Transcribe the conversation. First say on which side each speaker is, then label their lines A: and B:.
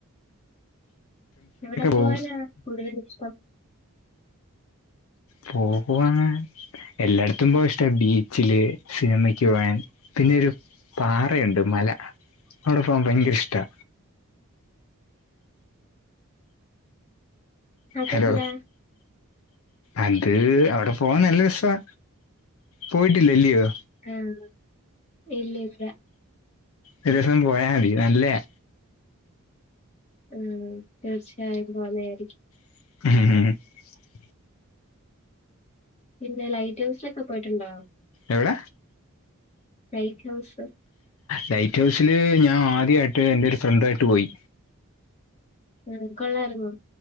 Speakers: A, on the left (about 30°); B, on the left (about 70°).
A: എവിടെ പോവാനാ
B: പോവും
A: കൂടുതല് ഇഷ്ടം
B: പോകുവാൻ എല്ലായിടത്തും പോവാൻ ഇഷ്ടാ ബീച്ചില് സിനിമക്ക് പോകാൻ പിന്നൊരു പാറയുണ്ട് മല അവിടെ പോകാൻ ഭയങ്കര ഇഷ്ടാ
A: അതെന്താ
B: ഹലോ അത് അവിടെ പോവാൻ നല്ല രസവാ പോയിട്ടില്ല ഇല്ലിയോ
A: ആഹ് ഇല്ലില്ല
B: ഒരു ദിവസം പോയാ മതി നല്ലയാ
A: ഉം തീർച്ചയായും പോകുന്നതായിരിക്കും
B: <unintelligible>
A: പിന്നെ ലൈറ്റ് ഹൗസിലൊ ക്കെ പോയിട്ടുണ്ടോ
B: എവിട
A: ലൈറ്റ് ഹൗസ്
B: ലൈറ്റ് ഹൗസില് ഞാൻ ആ ദ്യായിട്ട് എന്റെ ഒരു ഫ്രണ്ടായിട്ട് പോയി
A: ഉം കൊള്ളാരുന്നോ